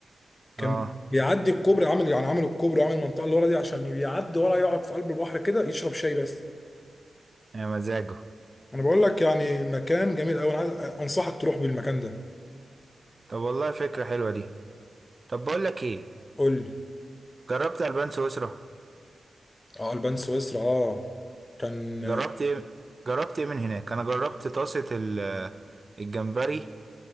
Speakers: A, on the left; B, on the right.
A: كان
B: اه
A: بيعدي الكوبري عامل يعني عامل الكوبري وعامل المنطقه اللي ورا دي عشان بيعدي ورا يقعد في قلب البحر كده يشرب شاي بس
B: يا مزاجه
A: انا بقول لك يعني مكان جميل قوي انا عايز انصحك تروح بالمكان ده
B: طب والله فكرة حلوة دي طب بقول لك ايه
A: قول لي
B: جربت البان سويسرا
A: اه البان سويسرا اه كان
B: جربت ايه جربت ايه من هناك انا جربت طاسة ال- الجمبري